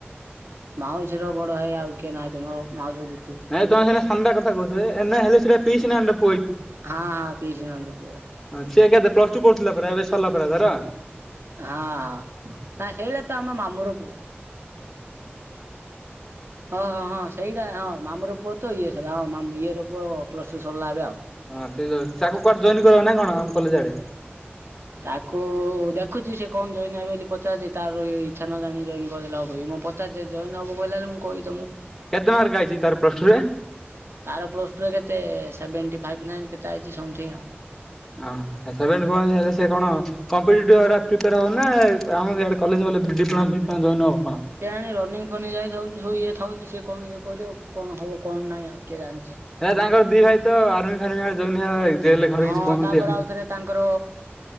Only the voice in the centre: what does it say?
ନାଇଁ ତମେ ସେନା ସାନ୍ ଟା କଥା କହୁଛ ଏ ଏ ନା ହେଲୋ ସେଟା ପିସି ନାନି ପୁ
ସିଏ କେତେ ପ୍ଲସ୍ ଟୁ ପଢୁଥିଲା ପରା ଏବେ ସରିଲା ପରା ତାର।
ହଁ ତାକୁ କୁଆଡେ ଜଏନ୍ କରିବ ନା କଣ ଆମ କଲେଜ୍ ଆଡେ।
କେତେ ମାର୍କ ଆଇଛି ତାର ପସ ଟୁ ରେ।
ଓହୋ ସେଭେନ ପଏଁ ହେଲେ ସେ କଣ କମ୍ପଟିପି ହେରା ପ୍ରିପେୟାର ହବ ନା ଆମର ଇଆଡେ କଲେଜ ଗଲେ ଡିପ୍ଲମା ଡିପ୍ଲମା ଜଏନ୍ ହବ। କଣ?
ହେ ତାଙ୍କର ଦି ଭାଇ ତ ଆର୍ମି <unintelligible>
କିଛି କହୁନାହାନ୍ତି